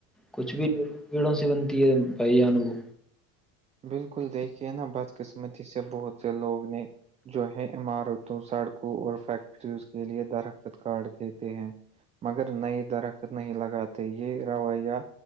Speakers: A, in the centre; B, on the right.
A: کچھ
B: بالکل
A: بھی پیڑوں سے بنتی ہے بھائی جان وہ
B: بالکل دیکھیے نا بد قسمتی سے بہت لوگ نے جو ہے عمارتوں سڑکوں اور فیکٹریز کے لیے درکت کارڈ دیتے ہیں مگر نئے درخت نہیں لگاتے یہ رویہ